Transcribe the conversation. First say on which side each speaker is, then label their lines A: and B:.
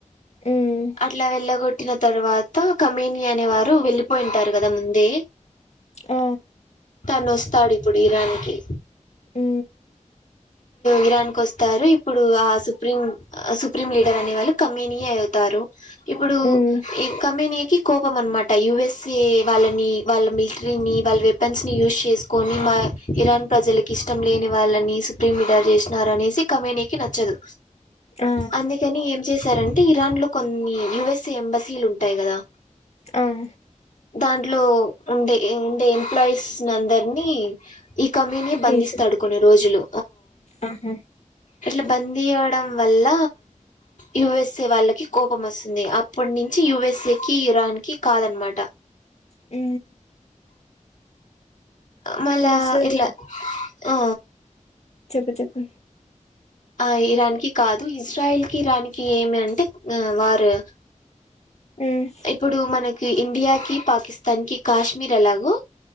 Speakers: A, on the left; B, on the left.
A: మ్మ్.
B: అట్ల వెల్ వెలగొట్టిన తర్వాత కమేని అనే వారు వెళ్ళిపోయింటారు కదా ముందే
A: ఆ
B: తనొస్తాడు ఇప్పుడు ఇరాన్కి
A: హ్
B: ఇరాన్ కు వస్తారు ఇప్పుడు ఆ సుప్రీం సుప్రీం లీడర్ అనే వాళ్ళు కమ్మీనీయే అవుతారు ఇప్పుడు
A: మ్మ్.
B: కమ్యూనీకి కోపం అన్నమాట యుఎస్ఏ వాళ్ళని వాళ్ళ మీట్రింగ్ని వాళ్ళ వెపన్స్ని యూస్ చేసుకొని మా ఇరాన్ ప్రజలకి ఇష్టం లేని వాళ్ళని ప్రీమిడర్ చేసినారనే కమ్యూనీకి నచ్చదు.
A: ఆ
B: అందుకని ఏం చేస్ సార్ అంటే ఇరాన్లో కొన్ని యుఎస్ఏ ఎంబసీలు ఉంటాయి కదా
A: అవు
B: దాంట్లో ఉండే ఉండే పైస్నందరినీ ఈ కమ్యూని బంధిస్తాడు
A: తీసా
B: కొన్ని రోజులు
A: ఆహా
B: ఇట్ల బందీయ్యడం వల్ల యుఎస్ఏ వాళ్ళకి కోపం వస్తుంది అప్పట్నుంచి యుఎస్ఏ కి ఇరాన్ కి కాదనమాట
A: మ్
B: మళ్ళా
A: ప్లస్
B: ఇట్లా
A: ఇం
B: ఆ
A: చెప్పు చెప్పు
B: ఆ ఇరాన్కి కాదు ఇజ్రాయిల్ కి ఇరాన్కి ఏమి అంటే వారు
A: హ్మ్
B: ఇప్పుడు మనక్ ఇండియాకిి పాకిస్తాన్కి కాశ్మీర్ ఎలాగో